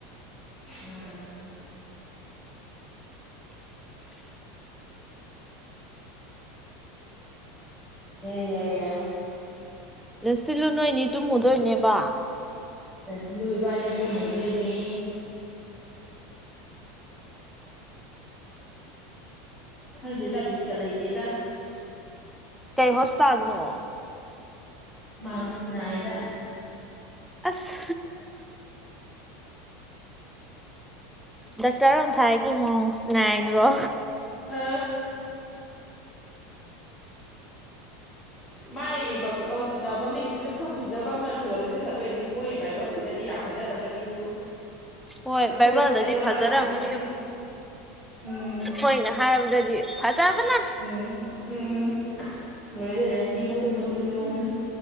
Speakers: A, on the left; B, in the centre.
A: ꯎꯝ ꯌꯥꯏ ꯌꯥꯏ ꯌꯥꯏ
B: ꯁꯤꯜꯂꯨ ꯅꯣꯏꯅꯤ ꯇꯨꯝꯃꯨꯗꯣꯏꯅꯦꯕ
A: ꯑꯗꯨꯁꯤ ꯂꯣꯏꯕꯅꯤ ꯇ ꯍꯨꯗꯣꯏꯅꯦ ꯈꯪꯗꯦꯗ ꯕꯤꯠꯀ ꯂꯩ ꯂꯩꯗꯦꯗ
B: ꯀꯩ ꯍꯣꯁꯇꯥꯗꯅꯣ
A: ꯃꯥꯥꯡꯁꯤꯤꯟꯏꯗ
B: ꯑꯁ ꯗꯇꯔꯝ ꯊꯥꯏꯒꯤ ꯃꯑꯣꯡꯁ ꯅꯥꯏꯗ꯭ꯔꯣ
A: ꯑ ꯃꯥꯥꯏꯌꯦ ꯗ ꯍꯣꯁꯄꯤꯇꯥꯜ ꯃꯃꯤꯡꯁꯤꯁꯨ ꯈꯔ ꯐꯖꯕ ꯑꯃ ꯊꯣꯜꯂꯗꯤ ꯐꯗꯣꯏꯅꯤ ꯃꯣꯏ ꯕꯥꯏꯕꯛꯇꯗꯤ ꯌꯥꯝ ꯐꯖꯔꯝꯒꯅꯤꯕꯨ
B: ꯍꯣꯏ
A: ꯑꯩꯈꯣꯏ
B: ꯕꯥꯏꯕꯜꯗꯗꯤ
A: ꯍꯥꯏꯗꯣꯔꯛꯑꯀꯥꯟꯗꯗꯤ
B: ꯐꯖꯔꯝꯃꯅꯦ
A: ꯎꯝ
B: ꯍꯣꯏꯅ ꯍꯥꯏꯔꯕꯗꯗꯤ ꯐꯖꯕꯅ
A: ꯎꯝ ꯎꯝ ꯑꯣꯏꯣꯏꯔꯔꯁꯤ ꯃꯇꯨꯝ ꯃꯇꯨꯝ ꯌꯣꯝꯃꯤ